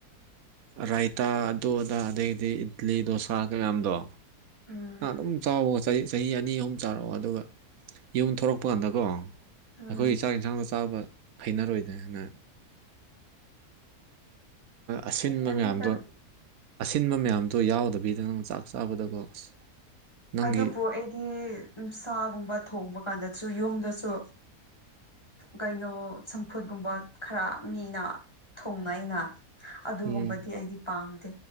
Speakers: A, on the right (about 65°); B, on the left (about 20°).
A: ꯔꯥꯏꯇꯥ ꯑꯗꯨ ꯑꯗꯥ ꯑꯗꯨꯗꯒꯤꯗꯤ ꯏꯗꯂꯤ ꯗꯣꯁꯥ ꯀꯌꯥꯝꯗꯣ
B: ꯎꯝ
A: ꯑꯗꯨꯝ ꯆꯥꯎꯕꯀꯣ ꯆꯍꯤ ꯑꯅꯤ ꯑꯍꯨꯝ ꯆꯥꯔꯛꯑꯣ ꯑꯗꯨꯒ ꯌꯨꯝ ꯊꯣꯔꯛꯄ ꯀꯥꯟꯗꯀꯣ
B: ꯎꯝ
A: ꯑꯩꯈꯣꯏꯒꯤ ꯆꯥꯛ ꯌꯦꯟꯁꯥꯡꯗꯣ ꯆꯥꯕ ꯍꯩꯅꯔꯣꯏꯅꯦ ꯅꯪ ꯑꯁꯤꯟꯕ
B: ꯍꯩꯔꯅꯤꯗ
A: ꯃꯌꯥꯝꯗꯣ ꯑꯁꯤꯟꯕ ꯃꯌꯥꯝꯗꯣ ꯌꯥꯎꯗꯕꯤꯗꯅꯦ ꯆꯥꯛ ꯆꯥꯕꯀꯣ ꯑꯁ ꯅꯪꯒꯤ
B: ꯑꯗꯨꯕꯨ ꯑꯩꯗꯤ ꯁꯥꯒꯨꯝꯕ ꯊꯣꯡꯕ ꯀꯥꯟꯗꯁꯨ ꯌꯨꯝꯗꯁꯨ ꯀꯩꯅꯣ ꯆꯝꯐꯨꯠꯒꯨꯝꯕ ꯈꯔ ꯃꯤꯅ ꯊꯣꯡꯅꯩ ꯑꯩꯅ ꯑꯗꯨꯒꯨꯝꯕꯗꯤ
A: ꯎꯝ
B: ꯑꯩꯗꯤ ꯄꯥꯝꯗꯦ